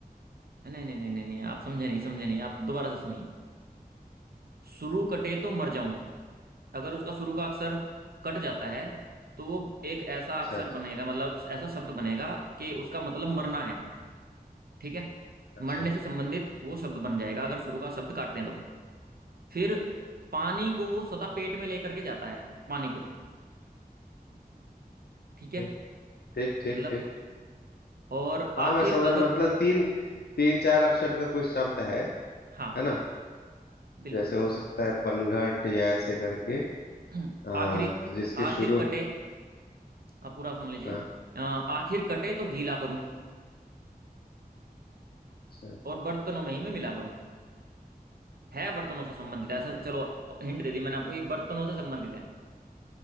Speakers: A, on the right (about 70°); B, on the left (about 80°).
A: नहीं नहीं नहीं नहीं नहीं आप समझे नहीं समझे नहीं आप दोबारा से सुनिए शुरू कटे तो मर जाऊं अगर उसका शुरू का अक्षर कट जाता है तो वो एक ऐसा
B: अच्छा
A: अक्षर
B: अच्छा
A: बनेगा मतलब ऐसा शब्द बनेगा कि उसका मतलब मरना है ठीक है
B: अच्छा
A: मरने से संबंधित वो शब्द बन जाएगा अगर शुरू का शब्द काट दें तो फिर पानी को वो सदा पेट में लेकर के जाता है पानी को ठीक है
B: ठीक ठीक ठीक
A: मतलब
B: ठीक
A: और आखिर
B: हाँ मैं समझ
A: अगर
B: रहा हूँ। मतलब तीन तीन चार अक्षर का कोई शब्द है
A: हाँ
B: है ना
A: बिल्कुल
B: जैसे हो सकता है पनघट या ऐसे करके
A: <clears throat>
B: आ,
A: आखिरी
B: जिसके
A: आखिर
B: शुरू
A: कटे अब पूरा सुन लीजिए
B: हाँ
A: अ, आखिर कटे तो गीला करूं
B: अच्छा
A: और बर्तनों में ही मैं मिला करूं है बर्तनों से संबंधित है। ऐसा चलो हिंट दे दी मैंने आपको ये बर्तनों से संबंधित है